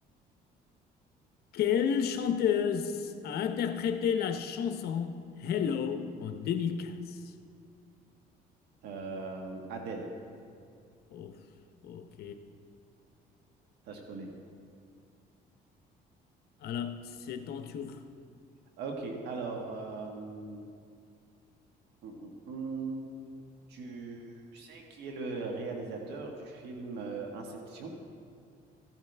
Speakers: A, on the left (about 70°); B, on the right (about 80°).
A: Quelle chanteuse a interprété la chanson Hello en 2015?
B: Euh, Adèle,
A: Oh, ok.
B: ça, je connais.
A: Alors, c'est ton tour.
B: Ok, alors, euh, hum, hum, hum. tu sais qui est le réalisateur du film euh, Inception?